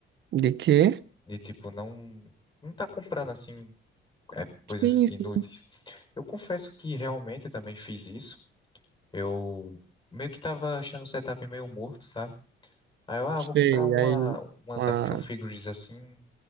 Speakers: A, on the right; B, on the left.
A: De quê?
B: De tipo, não, não tá comprando assim, é, coisas
A: Sim,
B: inúteis.
A: sim.
B: Eu confesso que realmente eu também fiz isso. Eu meio que tava achando o setup meio morto, sabe? Aí eu, ah,
A: Sei.
B: vou comprar uma,
A: Aí
B: umas
A: uma,
B: action figures assim